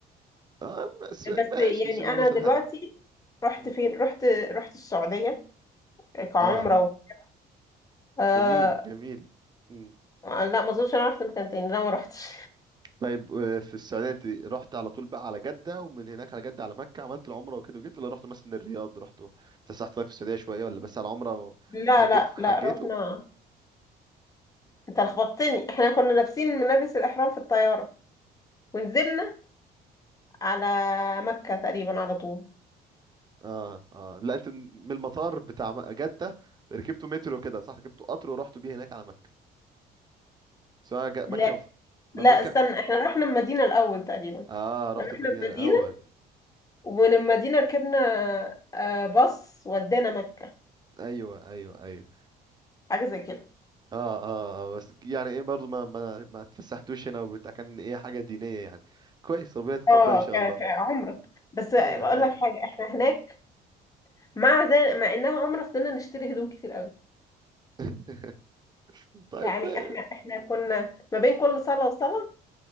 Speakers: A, on the right; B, on the left.
A: اه بس ماشي
B: بس يعني
A: ان شاء
B: انا
A: الله تلحق
B: دلوقتي رحت
A: مم.
B: فين رحت رحت السعوديه كعمره
A: اه
B: و... آه...
A: جميل جميل مم.
B: لا ما اظنش انا رحت مكان تاني لا ما رحتش
A: طيب آه، في السعودية انت رحت على طول بقى على جدة ومن هناك على جدة على مكة عملت العمرة وكده وجيت ولا رحت مثلا الرياض رحت اتفسحت طيب في السعودية شوية ولا بس على العمرة
B: لا
A: وحج...
B: لا
A: حجيتوا
B: لا رحنا انت لخبطتني احنا كنا لابسين ملابس الاحرام في الطياره ونزلنا على مكه تقريبا على طول
A: اه اه لا انت من المطار بتاع م- جدة ركبتوا مترو كده صح ركبتوا قطر ورحتوا بيه هناك على مكة سواء جا-
B: لا
A: مكة ف...
B: لا
A: ما في
B: استنى
A: مكة
B: احنا رحنا المدينه الاول تقريبا
A: اه رحت
B: احنا رحنا
A: المدينة
B: المدينه
A: الأول
B: ومن المدينه ركبنا آه، باص ودانا مكه
A: ايوه ايوه ايوه
B: حاجه زي كده
A: اه اه, آه بس يعني ايه برضو ما ما ما اتفسحتوش هنا وبتاع كان ايه حاجة دينية يعني كويس ربنا يتقبل
B: اه
A: ان شاء
B: ك...
A: الله
B: كعمرة بس بقول
A: ايوه ايوه
B: لك حاجة احنا هناك مع زي مع انها عمرة فضلنا نشتري هدوم كتير قوي
A: <laughs> طيب
B: يعني
A: كويس
B: احنا
A: <laughs>
B: احنا كنا ما بين كل صلاة وصلاة